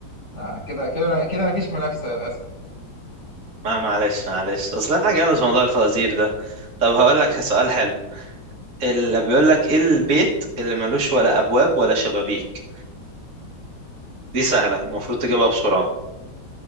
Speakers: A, on the left; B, on the right.
A: آه، كده كده كده مفيش منافسة للأسف
B: ما معلش معلش اصل انا جامد في موضوع الفوازير ده طب هقول لك سؤال حلو اللي بيقول لك ايه البيت اللي ملوش ولا ابواب ولا شبابيك دي سهله المفروض تجيبها بسرعه